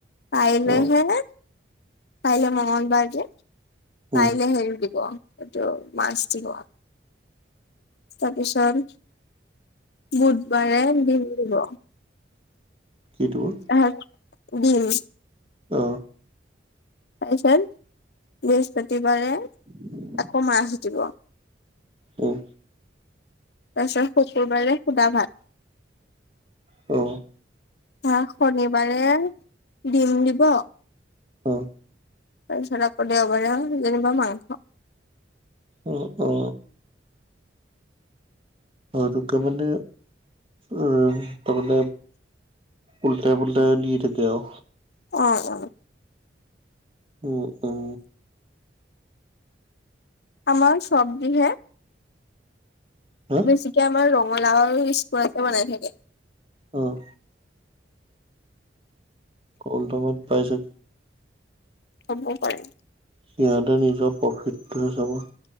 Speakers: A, on the left; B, on the right.
A: কাইলেহে,
B: অ',
A: কাইলে মংগল বাৰ যে,
B: উম।
A: কাইলৈ হেৰি দিব, এইটো মাছ দিব। তাৰপিছত, বুধবাৰে বিন দিব।
B: <inaudible>
A: অহ, দিম।
B: অহ।
A: তাৰ পিছত বৃহস্পতিবাৰে
B: <inaudible>
A: আকৌ মাছ দিব।
B: উম।
A: তাৰপিছত শুকুৰবাৰে শুদা ভাত।
B: অহ।
A: অহ, শনিবাৰে দিম দিব।
B: অহ।
A: তাৰপিছত আক' দেওবাৰে যেনিবা মাংস।
B: অ', অ'। অ, এইটোকে মানে উ তাৰমানে উলটাই, পুলটাই নি থাকে আৰু।
A: অ', অ'।
B: উম, উম।
A: আমাৰ চবজি হে
B: হা?
A: বেছিকে আমাৰ ৰঙালাও <unintelligible> বনাই থাকে।
B: অহ। কম দামত পাইছে।
A: হ'বও পাৰে।
B: সিহঁতে নিজৰ প্ৰফিটহে চাব।